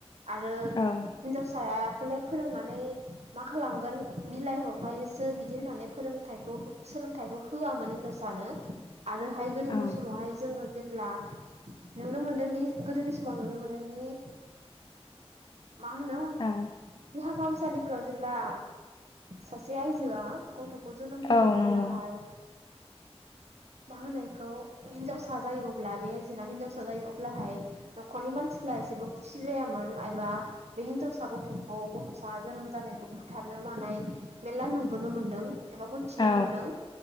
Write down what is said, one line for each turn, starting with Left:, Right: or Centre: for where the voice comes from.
Right: आरो हिनजावसा
Left: औ
Right: खौलाय फोरोंनानै मा खालामगोन बिलाइ हरखायोसो बिदि होननानै सोलोंथाइखौ होआमोन हिनजावसानो आरोहाय गोदोनि
Left: औ
Right: समावहाय जोङो जेब्ला नुनो मोनदोंदि गोदोनि समाव नुनो मोनदोंदि मा होनो
Left: औ
Right: देहा फाहामसालिफोराव जेब्ला सासे आइजोआ गथ' जोनोम होयो
Left: औ नंगौ
Right: अब्लाहाय मा होनो इखौ हिनजावसा जायो अब्ला बे जेब्ला हिन्जावसा जायो अब्लाहाय न'खरनि मानसि फोरा एसेबो खुसि जायामोन एबा बे हिनजावसा गथ'खौ गथ'सा जोनोम जानायखौ बुथारनो मानाय मेरला नुबोनो मोनदों एबा मोनथिनो
Left: औ
Right: मोनदों